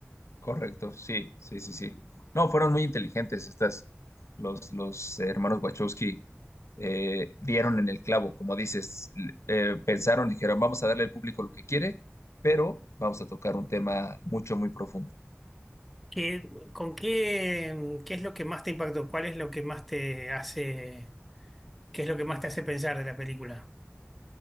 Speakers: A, on the left; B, in the centre.
A: Correcto, sí, sí, sí, sí. No, fueron muy inteligentes estas, los, los hermanos Wachowski eh, dieron en el clavo, como dices, l- eh, pensaron, dijeron, vamos a darle al público lo que quiere, pero vamos a tocar un tema mucho, muy profundo.
B: ¿Qué- con qué, qué es lo que más te impactó? ¿Cuál es lo que más te hace, qué es lo que más te hace pensar de la película?